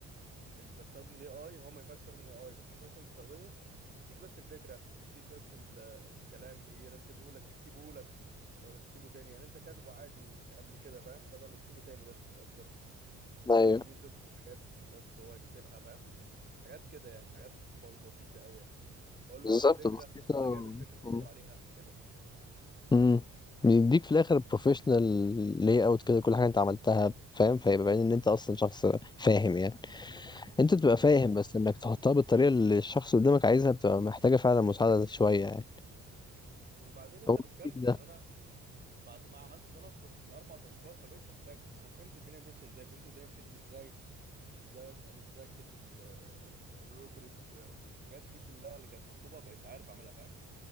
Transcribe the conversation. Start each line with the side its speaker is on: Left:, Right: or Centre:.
Right: اللي بستخدم الاي اي هو ما ينفعش يستخدم اي اي بس انت مثلا بتستخدمه يديك بس الفكره يديك بس ال- الكلام يرتبه لك يكتبه لك بدل ما تكتبه تاني يعني انت كاتبه عادي قبل كده فاهم بدل ما تكتبه تاني بس مش اكتر تديله
Left: ايوه
Right: سكرين شوت للحاجات بس هو يكتبها فاهم حاجات كده يعني حاجات ب- بسيطة قوي يعني اقول
Left: بالظبط
Right: له قول لي فكرة
Left: بسيطة
Right: طب انا جايب الفكرة
Left: مم.
Right: ندور عليها كده
Left: امم بيديك في الاخر بروفيشنال لاي اوت كده كل حاجه انت عملتها فاهم فيبقى باين ان انت اصلا شخص فاهم يعني
Right: بالظبط
Left: انت بتبقى فاهم
Right: يعني
Left: بس انك تحطها بالطريقه اللي الشخص اللي قدامك عايزها بتبقى محتاجه فعلا مساعده شويه يعني
Right: وبعدين انت
Left: هو
Right: بتكمل
Left: التيك ده
Right: يعني انا بعد ما عملت ثلاث تص... اربع تاسكات ما بقتش محتاجه انا فهمت الدنيا ماشية ازاي فهمت الدنيا بتكتب ازاي ازاي اسأل ازاي اكتب ال- الروبريك الحاجات دي كلها اللي كانت مطلوبة بقيت عارف اعملها فاهم